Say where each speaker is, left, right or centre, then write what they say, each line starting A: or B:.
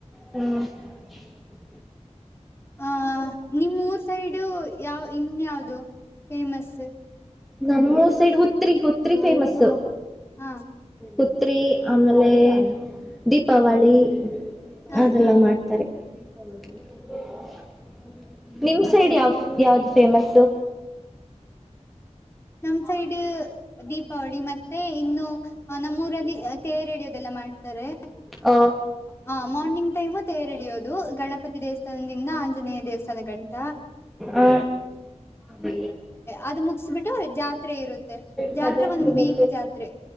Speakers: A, in the centre; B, on the left.
A: ಹ
B: ಆ ನಿಮ್ಮೂರ್ ಸೈಡು ಯಾವ ಇನ್ಯಾವ್ದು. ಫೇಮಸ್ಸು
A: ನಮ್ಮೂರ್ ಸೈಡ್ ಹುತ್ರಿ ಹುತ್ರಿ ಫೇಮಸ್ಸು
B: ಹ
A: ಹುತ್ರಿ ಆಮೇಲೆ ದೀಪಾವಳಿ
B: ಹ
A: ಅದೆಲ್ಲ ಮಾಡ್ತ್ ತಾರೆ ಪಗ <unintelligible> ನಿಮ್ ಸೈಡ್ ಯಾವ ಯಾವ್ದು ಫೇಮಸ್ಸು
B: ನಮ್ಮ ಸೈಡ್ ದೀಪಾವಳಿ ಮತ್ತೆ ಇನ್ನು ನಮ್ಮೂರಲ್ಲಿ ತೇರು ಹೆಳೆಯೋದೆಲ್ಲ ಮಾಡ್ತಾರೆ
A: ಹ
B: ಹ ಮಾರ್ನಿಂಗ್ ಟೈಮು ತೇರಿ ಹೆಳಿಯೋದು ಗಣಪತಿ ದೇವಸ್ಥಾನದಿಂದ ಆಂಜನೇಯ ದೇವಸ್ಥಾನ ಶನಗಂಟ
A: ಆ ಅ ಈ
B: ಅದು ಮುಗಸ್ಬಿಟ್ಟು ಜಾತ್ರೆ ಇರುತ್ತೆ ಜಾತ್ರೆ
A: ಸೈಡ್ೋಡ್ದಿಲ್ಲ
B: ಒಂದ್ ವೀಕ್ ಜಾತ್ರೆ